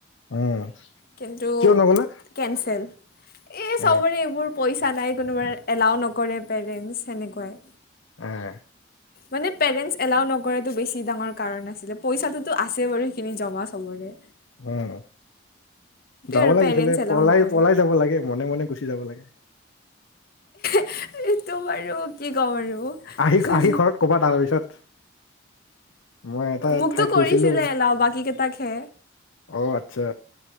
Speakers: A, on the left (about 75°); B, on the left (about 50°).
A: উম
B: কিন্তু
A: কিয় নগলা
B: কেঞ্চেল এই চবৰে
A: এ
B: এইবোৰ পইচা নাই কোনোবাই এলাউ নকৰে পেৰেণ্টছ সেনেকুৱাই
A: এহ
B: মানে পেৰেণ্টছ এলাও নকৰাটো বেছি ডাঙৰ কাৰণ আছিলে পইচাটোতো আছে বাৰু সেইখিনি জগা চাবলে
A: উম যাব
B: আৰু
A: লাগিছিলে
B: পেৰেণ্টছ এলাও
A: পলাই
B: নকৰে
A: পলাই যাব লাগে মনে মনে গুচি যাব লাগে
B: এইতো বাৰু কি কম আৰু হুহো
A: আহি আহি ঘৰত ক'বা তাৰপিছত মই এটা
B: মোকতো
A: ঠাইত
B: কৰিছিলে
A: গৈছিলো
B: এলাও বাকী কেইটাক হে
A: অ আচ্ছা